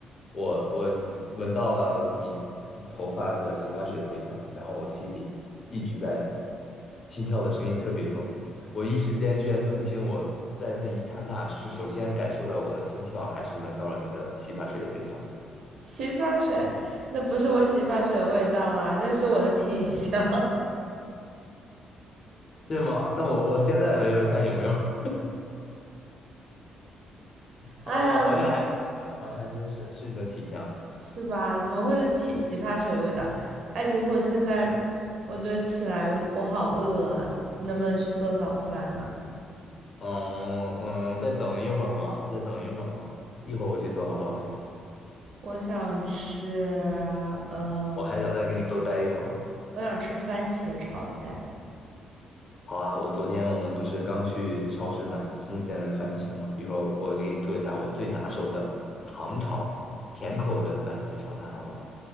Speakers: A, on the left; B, on the right.
A: 我我闻到了你头发的洗发水的味道，然后我心里一直在心跳的声音特别重，我一时间居然分不清我在那一刹那是首先感受到我的心跳，还是闻到了你的洗发水的味道，
B: 洗发水，那不是我洗发水的味道啦，那是我的体香。
A: 是吗？那我我现在闻一闻看有没有。啊，
B: <laughs> 哎呀，
A: <laughs> 好像还真是，好像还真是是你的体香。
B: 是吧？怎么会是洗洗发水的味道？哎，可是我现在，我觉得起来我我好饿啊，能不能去做早饭啊？
A: 嗯嗯，再等一会儿嘛，再等一会儿嘛，一会儿我去做好不好？
B: 我想吃，嗯，
A: 我还想再跟你多待一会儿。
B: 我想吃番茄炒蛋。
A: 好啊，我昨天我们不是刚去超市买了新鲜的番茄嘛，一会儿我给你做一下我最拿手的糖炒甜口的番茄炒蛋，好不好？